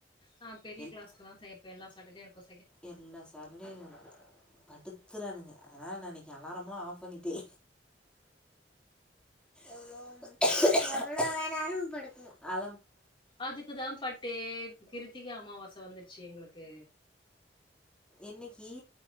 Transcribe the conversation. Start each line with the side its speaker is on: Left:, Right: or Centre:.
Left: ஆ பெரிய
Centre: எல்
Left: கிளாஸ்குல்லா செய்யப்ப எல்ல சாட்டர்டே இருக்கு
Centre: எல்லா சாட்டடேயுருக்கு படுத்துறானுங்க அதனால நா இன்னைக்கு அலாரம்லா ஆஃப் பண்ணிட்டே எவ்ளோ எவ்ளோ வேணாலு படுக்கணு அ
Left: அதுக்குதா பட்டே கிருத்திக்க அமாவாசை வந்து ச்ச எங்களுக்கு
Centre: என்னகீ